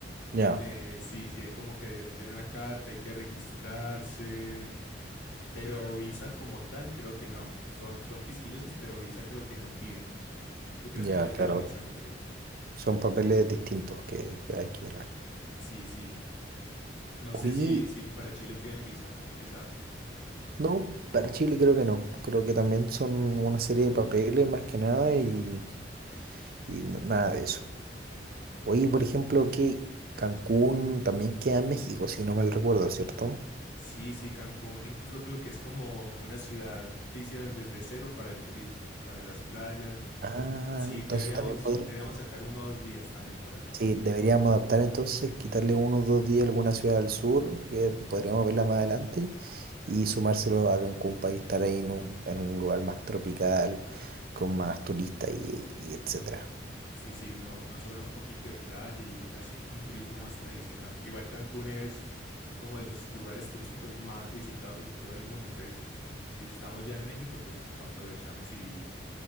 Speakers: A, on the right; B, on the left.
A: Ya,
B: Eh, sí, sí, hay como que hacer una carta, hay que registrarse, pero visa como tal creo que no. Son, son quisquillosos, pero visa creo que no piden. ¿Tú crees
A: ya,
B: que te pidan
A: claro.
B: visa? No creo.
A: Son papeles distintos que, que hay que llenar.
B: Sí, sí. No
A: Oye,
B: sé si, si para Chile piden visa, ¿qué sabes?
A: no, para Chile creo que no. Creo que también son una serie de papeles más que nada y, y n- nada de eso. Oye, por ejemplo, que Cancún también queda en México, si no mal recuerdo, ¿cierto?
B: Sí, sí, Cancún incluso creo que es como una ciudad que hicieron desde cero para el turismo, para las playas
A: Ah,
B: Sí,
A: entonces
B: deberíamos,
A: también podría.
B: deberíamos sacar uno o dos días también para Cancún.
A: Sí, deberíamos adaptar entonces, quitarle unos dos días a alguna ciudad del sur, que podríamos verla más adelante, y sumárselo a Cancún para estar ahí en un, en un lugar más tropical, con más turistas y, y etcétera.
B: Sí, sí, no, no sobra un poquito de playa y así un turismo más tradicional. Igual Cancún es como de los lugares turísticos más visitados en todo el mundo. Entonces, si estamos ya en México, pues aprovechamos y,